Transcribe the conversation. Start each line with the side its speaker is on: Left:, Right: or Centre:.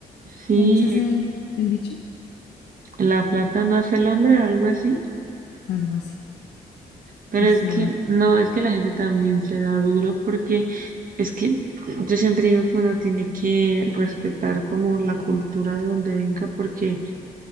Right: sí,
Left: ¿cómo es ese
Right: sí,
Left: el, el dicho?
Right: la plata no hace el hombre, algo así.
Left: Algo así.
Right: Pero
Left: O
Right: es
Left: sea,
Right: que, no, es que la gente también se da duro porque es que yo siempre digo que uno tiene que respetar como la cultura de donde venga porque